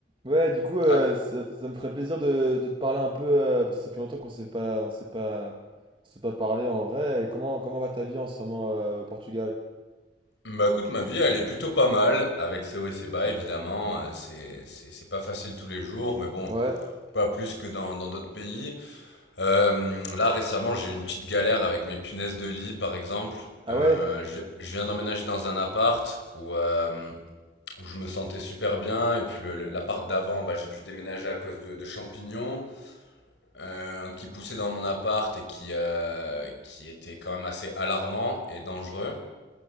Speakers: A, on the right; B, on the left.
A: Ouais, du coup, euh,
B: Ah,
A: ça, ça me ferait plaisir de, de te parler un peu, euh, parce que ça fait longtemps qu'on s'est pas, on s'est pas, on s'est pas parlé en vrai. Et comment, comment va ta vie en ce moment euh, au Portugal?
B: bah écoute, ma vie, elle est plutôt pas mal, avec ses hauts et ses bas, évidemment. euh, C'est, c'est, c'est pas facile tous les jours, mais bon,
A: Ouais.
B: pas plus que dans, dans d'autres pays. Euh, là,
A: t'as-
B: récemment, j'ai eu une petite galère avec mes punaises de lit, par exemple.
A: Ah
B: Euh,
A: ouais?
B: je, je viens d'emménager dans un appart où, euh, où je me sentais super bien, et puis le, le- l'appart d'avant, bah, j'ai dû déménager à cause de, de champignons euh, qui poussaient dans mon appart et qui, euh, qui étaient quand même assez alarmants et dangereux.